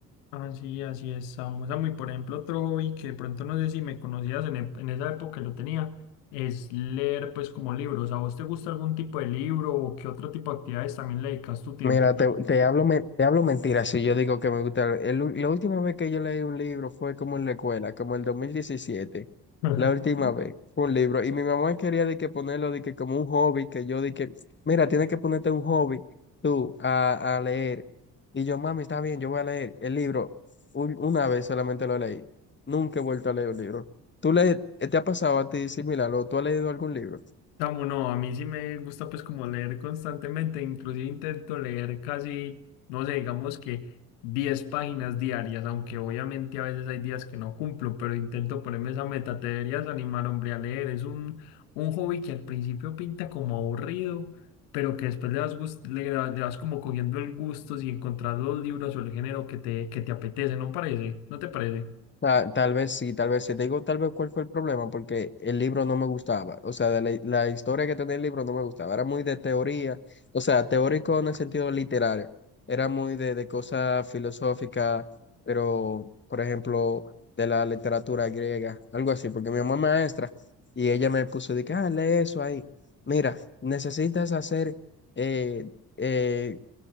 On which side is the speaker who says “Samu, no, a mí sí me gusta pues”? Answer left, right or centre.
Left